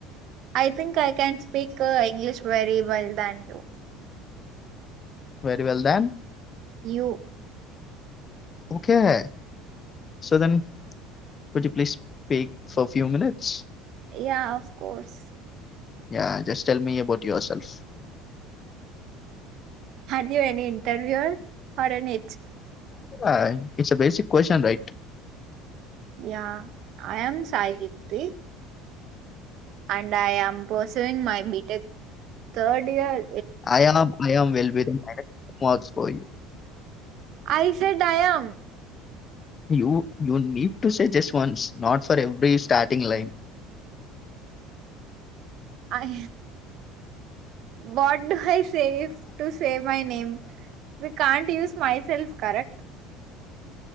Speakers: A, on the right; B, on the left.
A: I think I can speak English very well done
B: very well done
A: you
B: okay హ so then could please pay for few minutes
A: yeah of course
B: yeah just tell me about your self
A: are any interviewer are any
B: ah it's a basic question right
A: yeah I'm Sai Deepthi and I'm pursuing my BTech third year
B: I I'm వెల్బి the what's going
A: I said I'm
B: you you need to suggest once not for every starting line
A: I what do I says to save my name we can't use myself correct